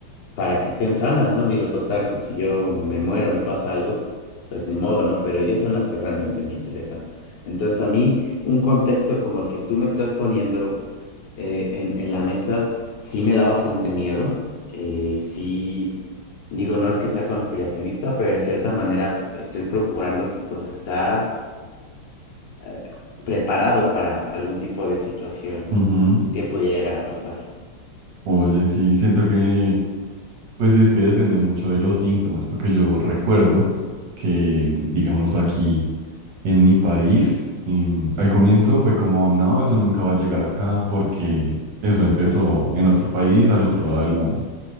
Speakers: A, on the left; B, on the right.
A: para que estén sanas, ¿no? Digo, total, pues si yo me muero, me pasa algo, pues ni modo, ¿no? Pero ellas son las que realmente me interesan. Entonces, a mí, un contexto como el que tú me estás poniendo eh, en, en la mesa, sí me da bastante miedo. Eh, sí, digo, no es que sea conspiracionista, pero de cierta manera estoy procurando, pues, estar eh, preparado para algún tipo de situación
B: ujú.
A: que pudiera llegar a pasar.
B: Oye, sí, siento que, pues sí, es que depende mucho de los síntomas, porque yo recuerdo que, digamos, aquí en mi país, em, al comienzo fue como, no, eso nunca va a llegar acá porque eso empezó en otro país, al otro lado del mundo.